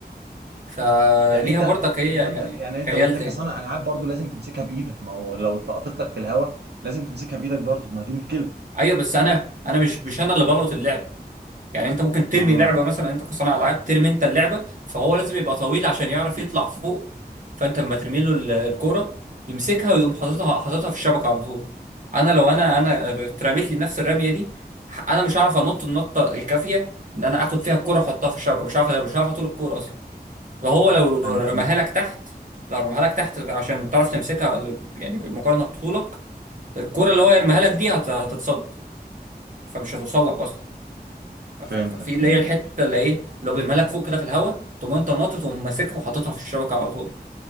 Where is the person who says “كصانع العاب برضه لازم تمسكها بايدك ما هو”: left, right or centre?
Right